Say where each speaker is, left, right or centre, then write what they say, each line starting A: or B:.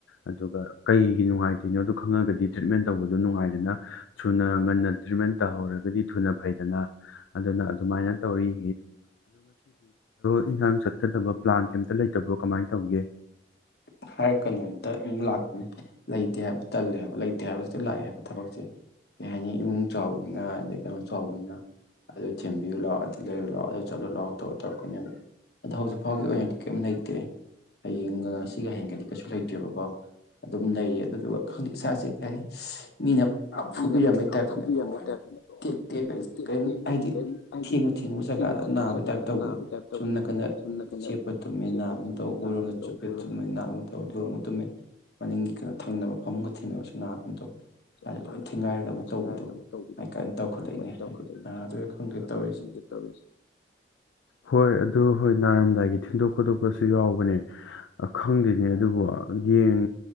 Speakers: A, on the left; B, on the left.
A: ꯑꯗꯨꯒ ꯀꯩꯒꯤ ꯅꯨꯡꯉꯥꯏꯇꯤꯅꯣꯗꯨ ꯈꯪꯉꯒꯗꯤ ꯇ꯭ꯔꯤꯠꯃꯦꯟ ꯇꯧꯕ ꯅꯨꯡꯉꯥꯏꯗꯅ ꯊꯨꯅ ꯉꯟꯅ ꯇ꯭ꯔꯤꯠꯃꯦꯟ ꯇꯧꯍꯧꯔꯒꯗꯤ ꯊꯨꯅ ꯐꯩꯗꯅ ꯑꯗꯨꯅ ꯑꯗꯨꯃꯥꯏꯅ ꯇꯧꯔꯤ ꯏꯟꯁꯥꯟ ꯆꯠꯀꯗꯕ ꯄ꯭ꯂꯥꯟ ꯀꯩꯝꯇ ꯂꯩꯇꯕ꯭ꯔꯣ ꯀꯃꯥꯏꯟ ꯇꯧꯒꯦ
B: <unintelligible> ꯍꯥꯏꯔꯛ ꯀꯩꯅꯣꯝꯇ ꯑꯃꯨꯛ ꯂꯥꯛꯄꯅꯦ ꯂꯩꯇꯦ ꯍꯥꯏꯕ ꯇꯜꯂꯦꯕ ꯂꯩꯇꯦ ꯍꯥꯏꯕꯁꯤꯗ ꯂꯥꯛꯑꯦ ꯍꯥꯏꯕ ꯊꯕꯛꯁꯦ ꯀꯩ ꯍꯥꯏꯅꯤ ꯏꯃꯨꯡ ꯆꯥꯎꯕꯅꯤꯅ ꯑꯗꯩ ꯀꯩꯅꯣ ꯆꯥꯎꯕꯅꯤꯅ ꯑꯗꯨ ꯊꯦꯝꯕꯤꯌꯨ ꯂꯥꯎ ꯑꯗꯨ ꯂꯩꯔꯣ ꯂꯥꯛꯑꯣ ꯑꯗ ꯆꯠꯂꯣ ꯂꯥꯛꯑꯣ ꯇꯧꯔ ꯇꯧꯔꯛꯀꯄꯅꯦꯕ ꯑꯗꯣ ꯍꯧꯖꯤꯛ ꯐꯥꯎꯒꯤ ꯑꯣꯏꯅꯗꯤ ꯀꯦꯝ ꯂꯩꯇꯦ ꯍꯌꯦꯡꯒꯁ ꯁꯤꯒ ꯍꯦꯟꯒꯗꯤ ꯀꯩꯁꯨ ꯂꯩꯇ꯭ꯔꯦꯕꯀꯣ ꯑꯗꯨꯝ ꯂꯩꯌꯦ ꯑꯗꯨꯗꯨꯒ ꯍꯪꯗꯛ ꯏꯁꯥꯁꯦ ꯀꯩ ꯍꯥꯏꯅꯤ ꯃꯤꯅ ꯐꯨꯕꯤꯔꯝꯕꯩ
A: ꯃꯤꯅ ꯄꯨꯂꯞ
B: ꯇꯥꯏꯞꯇꯅꯦ
A: ꯐꯨꯕꯤꯔꯝꯕꯩ
B: ꯂꯣꯏꯅ
A: ꯇꯥꯏꯕ ꯄꯨꯡꯇꯦꯛ
B: ꯇꯦꯛ ꯇꯦꯛꯒ ꯀꯔꯤꯝ
A: ꯇꯦꯛꯑꯒ
B: ꯍꯥꯏꯗꯤ
A: ꯍꯥꯏꯗꯤ
B: ꯊꯦꯡꯉꯨ ꯊꯦꯡꯉꯨ ꯖꯒꯥꯗ
A: ꯁꯤꯅ ꯁꯤꯅ
B: ꯅꯥꯕꯩ
A: ꯖꯒꯥꯗ
B: ꯇꯥꯏꯞ ꯇꯧꯕꯗꯣ
A: ꯅꯥꯕꯒꯤ ꯇꯥꯏꯞ ꯇꯧꯕꯗꯣ
B: ꯁꯣꯝ ꯅꯥꯀꯟꯗ
A: ꯁꯨꯝ ꯅꯥ ꯀꯟꯅ
B: ꯆꯦꯠꯄ ꯇꯨꯝꯃꯦ
A: ꯆꯦꯠꯄ
B: ꯅꯥꯕꯒꯨꯝ
A: ꯊꯨꯝꯃꯦ
B: ꯇꯧ ꯑꯣꯏꯔꯣꯝꯗ
A: ꯅꯥꯒꯨꯝ ꯇꯧꯕ
B: ꯆꯨꯞꯄꯦ ꯇꯨꯝꯃꯦ ꯅꯥꯕꯒꯨꯝ ꯇꯧ ꯂꯣꯏꯔꯣꯝꯒ ꯇꯨꯝꯃꯦ ꯃꯅꯤꯡꯒꯤ ꯀꯩꯅꯣ ꯊꯪꯅꯕ ꯐꯃꯨꯡꯒ ꯊꯦꯡꯅꯕꯁꯨ ꯅꯥꯒꯨꯝ ꯇꯧ ꯏꯁꯥꯁꯦ
A: <unintelligible>
B: ꯂꯣꯏ ꯊꯦꯡꯒꯥꯏꯔꯒ ꯑꯃ
A: ꯊꯤꯟꯅꯔꯒ
B: ꯇꯧꯕꯤꯗꯣ
A: ꯑꯃ ꯇꯧꯕꯤꯗꯣ
B: ꯑꯗꯨꯃꯥꯏ ꯀꯥꯏꯅ ꯇꯧꯈꯠꯂꯛꯏꯅꯦ
A: ꯀꯥꯏꯅ ꯇꯧꯈꯠꯂꯛꯏꯅꯦ
B: ꯍꯥꯏꯗꯤ ꯅꯥꯗꯣꯏꯔꯥ ꯈꯪꯗꯦ
A: ꯅꯥꯗꯨꯏꯔꯥ
B: ꯇꯧꯔꯤꯁꯦ
A: ꯈꯪꯗꯦ ꯇꯧꯔꯤꯁꯦ
B: <inaudible>
A: ꯍꯣꯏ ꯑꯗꯨ ꯍꯣꯏ ꯅꯥꯔꯝꯗꯥꯏꯒꯤ ꯊꯤꯟꯗꯣꯛ ꯈꯣꯠꯇꯣꯛꯄꯁꯨ ꯌꯥꯎꯕꯅꯦ ꯈꯪꯗꯤꯅꯦ ꯑꯗꯨꯕꯨ ꯌꯦꯟ